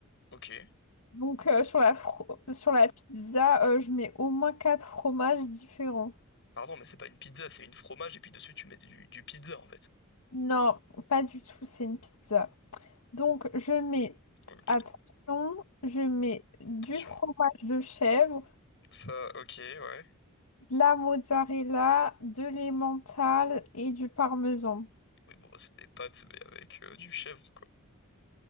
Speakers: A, on the left (about 55°); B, on the left (about 85°).
A: Ok.
B: Donc, euh, sur la fro- sur la pizza, euh, je mets au moins quatre fromages différents.
A: Pardon, mais c'est pas une pizza, c'est une fromage et puis dessus tu mets du, du pizza en fait.
B: Non, pas du tout, c'est une pizza. Donc, je mets,
A: Ok.
B: attention, je mets du
A: Attention.
B: fromage de chèvre,
A: Ça, ok, ouais.
B: de la mozzarella, de l'emmental et du parmesan.
A: Oui, bon, bah, c'est des pâtes, mais avec euh, du chèvre, quoi.